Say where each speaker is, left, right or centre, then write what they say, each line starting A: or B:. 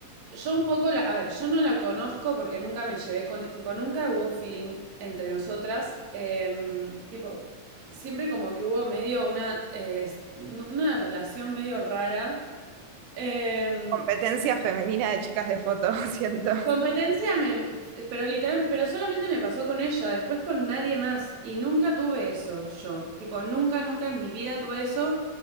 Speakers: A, on the right; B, on the right.
A: yo un poco la, a ver, yo no la conozco porque nunca me llevé con, tipo, nunca hubo feeling entre nosotras, em, tipo, siempre como que hubo medio una, eh, s- una relación medio rara. Em,
B: Competencia femenina de chicas de foto, <laughs> siento.
A: competencia, me, pero literal, pero solamente me pasó con ella, después con nadie más. Y nunca tuve eso yo. Tipo, nunca, nunca en mi vida tuve eso,